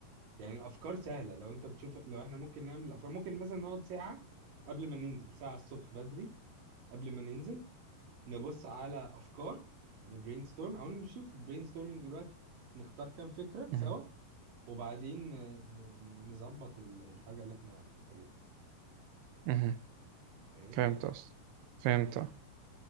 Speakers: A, on the right (about 65°); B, on the right (about 85°).
A: يعني الافكار سهله لو انت بتشوف لو احنا ممكن نعمل افكار ممكن مثلا نقعد ساعه قبل ما ننزل ساعه الصبح بدري قبل ما ننزل نبص على افكار نبرين ستورم او نشوف برين ستورمنج دلوقتي نختار كام فكره
B: مهم.
A: سوا وبعدين آه، ن- ن- نظبط ال- الحاجه اللي احنا محتاجينها
B: مهم.
A: فاهم
B: فهمت اصلا فهمت